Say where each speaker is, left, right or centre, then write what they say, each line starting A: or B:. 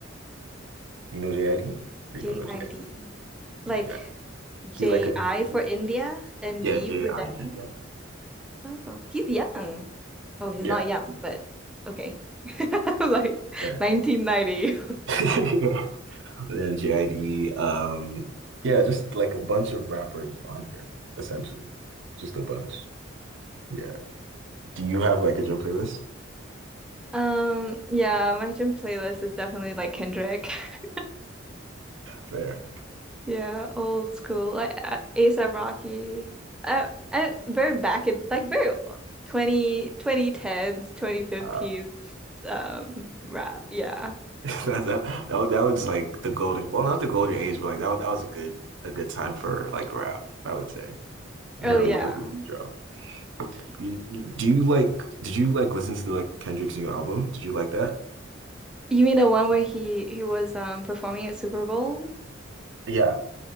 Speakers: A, on the right; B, in the centre.
A: You know JID? Or you
B: JID.
A: don't know JID?
B: Like
A: Yeah. He's
B: J
A: like a new-
B: I for India and
A: yeah,
B: D
A: JID.
B: for Diamond. Oh, he's young. Oh, he's
A: Yeah.
B: not young, but okay. <laughs> Like
A: Yeah.
B: 1990.
A: <laughs> Yeah. <laughs> And then JID, um, yeah, just like a bunch of rappers on here, essentially. Just a bunch. Yeah. Do you have like a gym playlist?
B: Um, yeah, my gym playlist is definitely like Kendrick. <laughs>
A: Fair.
B: Yeah, old school, like uh, A$AP Rocky. Uh, uh, very back in like very twenty twenty 2010s, 2015s
A: Uh,
B: um rap. Yeah.
A: <laughs> that, that, that, was- that was like the golden, well, not the golden age, but like that, was- that was a good, a good time for like rap, I would say. We
B: Oh
A: had
B: yeah.
A: a lot of people drop. You, you- do you like, did you like listen to like Kendrick's new album? Did you like that?
B: You mean the one where he he was um performing at Super Bowl?
A: Yeah.